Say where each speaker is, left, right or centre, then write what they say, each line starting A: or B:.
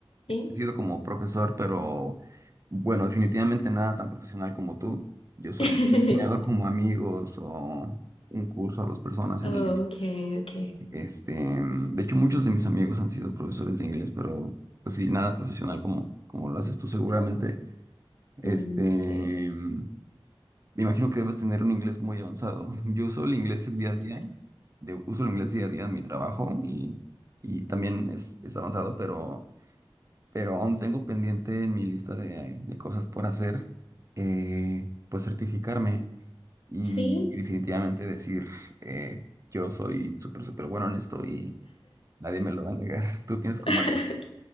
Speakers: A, on the left; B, on the right.
A: Sí.
B: He sido como profesor, pero bueno, definitivamente nada tan profesional como tú. Yo solamente
A: <laughs>
B: he enseñado como amigos o un curso a dos personas
A: Ok,
B: en línea.
A: ok.
B: Este, mm, de hecho, muchos de mis amigos han sido profesores de inglés, pero pues sí, nada profesional como, como lo haces tú seguramente. Este,
A: Mm, Sí.
B: mm, Me imagino que debes tener un inglés muy avanzado. <laughs> Yo uso el inglés día a día, de- uso el inglés día a día en mi trabajo y, y también es, es avanzado, pero, pero aún tengo pendiente en mi lista de, de cosas por hacer, eh, pues certificarme y
A: <laughs>
B: definitivamente
A: Sí.
B: decir, eh, yo soy súper, súper bueno en esto y nadie me lo va a negar. <laughs> ¿Tú tienes
A: <laughs>
B: como algún,